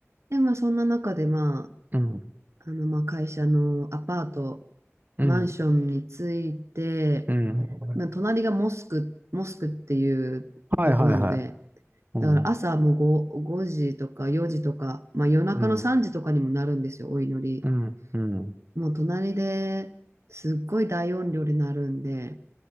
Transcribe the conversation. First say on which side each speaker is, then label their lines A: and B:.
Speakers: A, on the right; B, on the right.
A: で、まあそんな中でま
B: うん、
A: あ、あの、まあ、会社のアパート、
B: うん、
A: マンションについて、
B: うん。
A: まあ、隣がモスク、モスクっていうとこなので、
B: はいはいはい。
A: だから朝もう
B: うん、
A: 5, 時とか4時とか、まあ、夜中の3時とかにもなるんですよ、
B: うん、
A: お祈り。
B: うん、うん。
A: もう隣ですっごい大音量で鳴るんで、